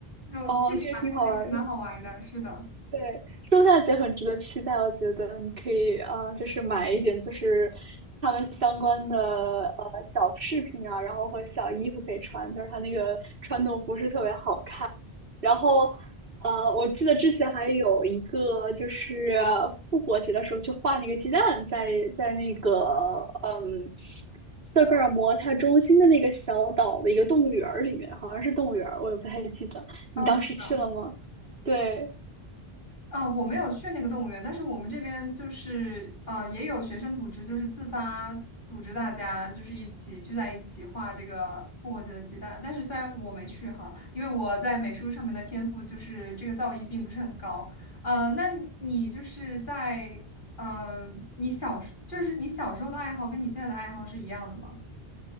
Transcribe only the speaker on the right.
哦，那个挺好玩儿的。
对，圣诞节很值得期待，我觉得你可以啊、呃就是买一点，就是他们相关的呃小饰品啊，然后和小衣服可以穿，就是它那个传统服饰特别好看。然后呃，我记得之前还有一个就是复活节的时候去画那个鸡蛋在，在那个嗯斯德哥尔摩它中心的那个小岛的一个动物园儿里面，好像是动物园儿，我也不太记得。你当时去了吗？
对。